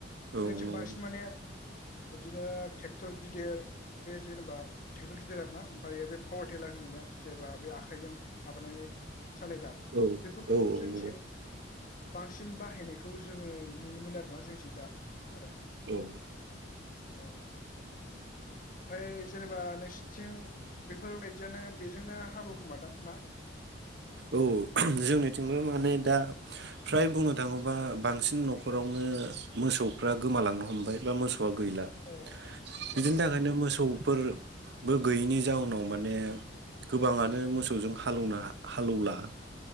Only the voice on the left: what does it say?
जोंथिं
बांसिन माने बिदिनो ट्रेक्टर गिदिर बे जेनेबा ट्रेक्टर गिदिर आरोना ओमफ्रायायो बे पावार टेलार होनोना जेब्ला बे आखाइजों माबानानै सालायग्रा
बेफोरखौ
जोंथिं
बांसिन बाहायनायखौ जोङो नुनो मोनो आरोना जोंथिं दा आरो।
औ ओमफ्राय जेनेबा नोंसिनिथिं बेफोरबायदियानो बेजोंनो हालवखोमादां ना
औ
औ